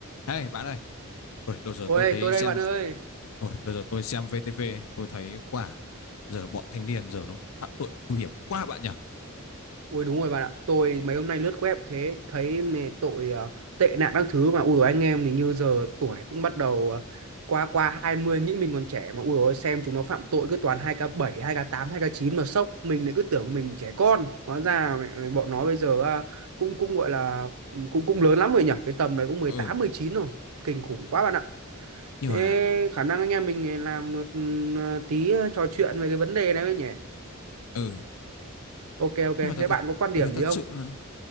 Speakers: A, on the left; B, on the right.
A: Hey bạn ơi, ôi, đợt giờ
B: Ôi,
A: tôi thấy
B: tôi đây
A: xem,
B: bạn ơi.
A: ôi, đợt giờ tôi xem VTV, ấy, tôi thấy quả giờ bọn thanh niên giờ nó phạm tội nguy hiểm quá bạn nhỉ?
B: Ui đúng rồi bạn ạ. Tôi mấy hôm nay lướt web thế thấy mẹ tội ờ, tệ nạn các thứ mà ui dồi, anh em mình như giờ tuổi cũng bắt đầu ờ, qua qua 20 nghĩ mình còn trẻ mà ui ôi xem chúng nó phạm tội cứ toàn hai k bảy hai k tám hai k chín mà sốc. Mình lại cứ tưởng mình trẻ con. Hóa ra mẹ, mẹ bọn nó bây giờ à, cũng cũng gọi là ừ, cũng cũng lớn lắm rồi nhỉ. Cái tầm đấy cũng mười
A: Ừ,
B: tám mười chín rồi. Kinh khủng quá bạn ạ.
A: nhưng
B: Thế
A: mà,
B: khả năng anh em mình làm một ừ, ờ, tí ờ, trò chuyện về cái vấn đề này thôi nhỉ.
A: ừ,
B: Ok ok,
A: nhưng mà tôi,
B: thế
A: tôi,
B: bạn có quan
A: tôi
B: điểm
A: thấy thật
B: gì không?
A: sự là,